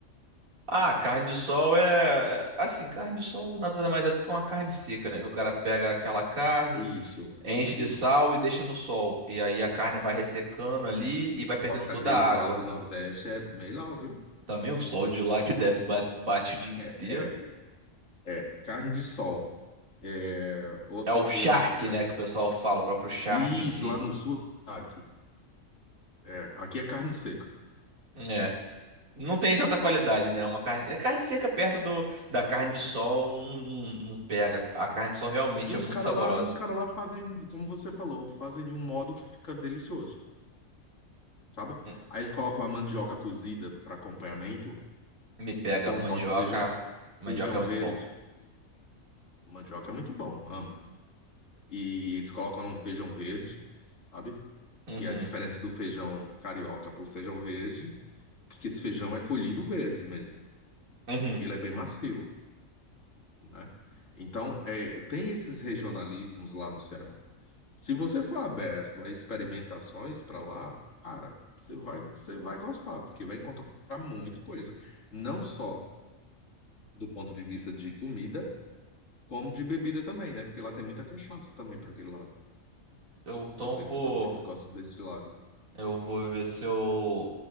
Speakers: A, on the right; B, on the left.
A: Ah, carne de sol é. é- Assim, carne de sol nada mais é do que uma carne seca, né? Que o cara pega aquela carne,
B: Isso,
A: enche
B: isso.
A: de sal e deixa no sol. E aí a carne vai ressecando ali e vai perdendo
B: Só que
A: toda
B: a deles
A: a
B: lá
A: água.
B: do Nordeste é melhor, viu?
A: Também o sol de lá que deve bate, bate o dia inteiro.
B: É, é É, carne de sol. É, outra
A: É o charque,
B: coisa também.
A: né, que o pessoal fala, o próprio charque
B: Isso,
A: em si.
B: lá no sul, aqui. É, aqui é carne seca.
A: É. Não tem tanta qualidade, né? É uma carne, é carne seca perto do, da carne de sol, não, não, não pega. A carne de sol realmente
B: E os
A: é muito
B: caras
A: saborosa.
B: lá, e os cara lá fazem, como você falou, fazem de um modo que fica delicioso, sabe?
A: Hum,
B: Aí eles colocam a mandioca cozida para acompanhamento
A: Me pega.
B: e tem
A: Mandioca,
B: um tal de feijão,
A: mandioca
B: feijão
A: é muito
B: verde.
A: bom.
B: Mandioca é muito bom, amo. E eles colocam lá um feijão verde, sabe?
A: Uhum,
B: E a diferença do feijão carioca pro feijão verde, porque esse feijão é colhido verde mesmo.
A: uhum.
B: Ele é bem macio. né? Então, é, tem esses regionalismos lá no Ceará. Se você for aberto a experimentações para lá, cara, você vai, você vai gostar, porque vai encontrar muita coisa, não só do ponto de vista de comida, como de bebida também, né? Porque lá tem muita cachaça também para aquele lado.
A: Eu, então
B: Você,
A: eu vou,
B: você que gosta desse lado.
A: eu vou ver se eu,